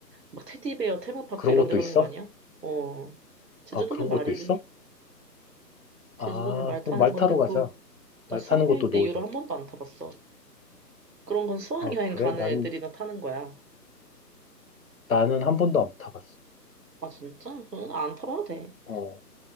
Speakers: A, on the right; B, on the left.
A: 막 테디베어 테마파크
B: 그런
A: 이런
B: 것도
A: 데 가는
B: 있어?
A: 거 아니야? 어. 제주도는
B: 아, 그런
A: 말이지.
B: 것도 있어?
A: 제주도는
B: 아,
A: 말
B: 그럼
A: 타는
B: 말
A: 건데
B: 타러
A: 그
B: 가자. 말
A: 나 수학여행
B: 타는 것도
A: 때
B: 넣어줘.
A: 이후로 한 번도 안 타봤어. 그런 건 수학여행
B: 아, 그래?
A: 가는
B: 난,
A: 애들이나 타는 거야.
B: 나는 한 번도 안 타봤어.
A: 아 진짜? 그건 안 타봐도 돼.
B: 어,